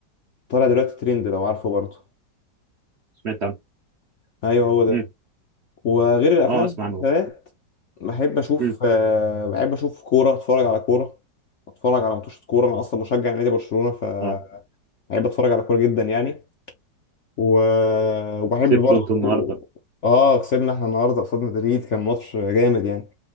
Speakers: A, on the left; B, on the right.
A: طالع دلوقتي ترند لو عارفه برضه
B: سمعت عنه
A: ايوه هو ده
B: امم
A: وغير الافلام
B: اه اسمع
A: والمسلسلات
B: عنه
A: بحب اشوف
B: امم
A: آه، بحب اشوف كوره اتفرج على كوره اتفرج على ماتشات كوره انا اصلا مشجع نادي برشلونه فبحب
B: اه
A: اتفرج على كوره جدا يعني و... وبحب
B: سبته
A: برضه
B: انت النهارده
A: اه كسبنا احنا النهارده قصاد مدريد كان ماتش جامد يعني